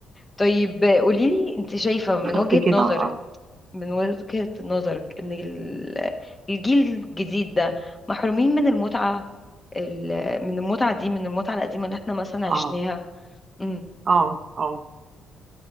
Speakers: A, on the left; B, on the right.
A: طيب قوليلي انت شايفة من
B: بالظبط
A: وجهة
B: كده
A: نظرك
B: اه
A: من وجهة نظرك ان ال- الجيل الجديد ده محرومين من المتعة ال- من المتعة دي من المتعة القديمة اللي احنا مثلا عشناها
B: اه
A: امم
B: اه اه